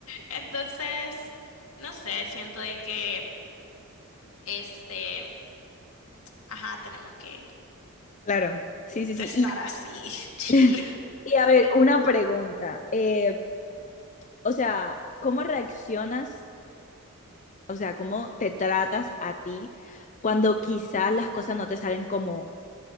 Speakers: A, on the left (about 70°); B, on the left (about 35°).
A: Entonces, no sé, siento de que este, ajá, tenemos que
B: Claro. Sí, sí,
A: estar
B: sí. Y
A: así, <laughs> chill.
B: <laughs> Y a ver, una pregunta. eh, o sea, ¿cómo reaccionas? O sea, ¿cómo te tratas a ti cuando quizás las cosas no te salen como,